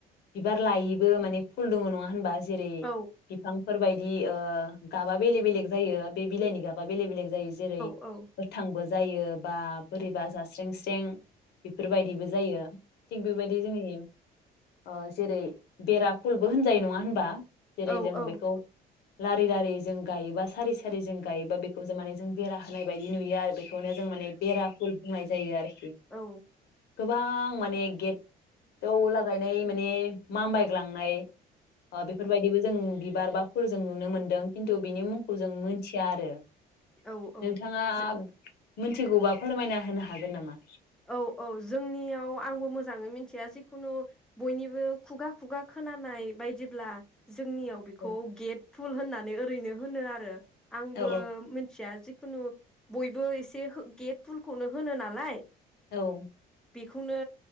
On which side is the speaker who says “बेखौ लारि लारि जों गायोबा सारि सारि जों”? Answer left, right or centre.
Left